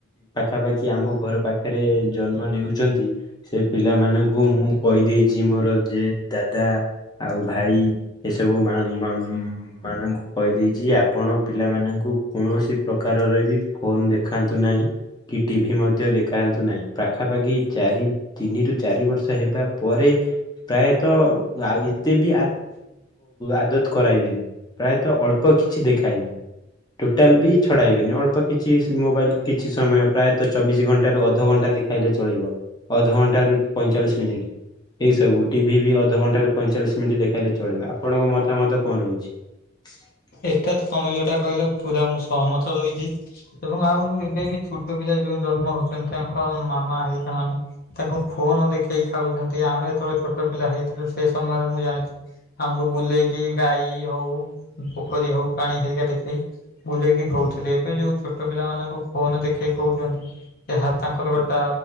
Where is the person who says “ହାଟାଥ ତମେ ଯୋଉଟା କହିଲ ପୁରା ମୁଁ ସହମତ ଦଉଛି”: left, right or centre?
Left